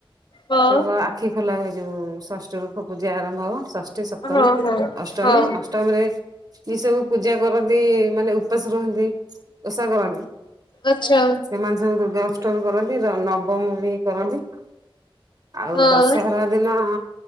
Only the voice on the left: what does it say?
ହଁ।
ହଁ ହଁ
ହଁ
ଆଛା।
ହଁ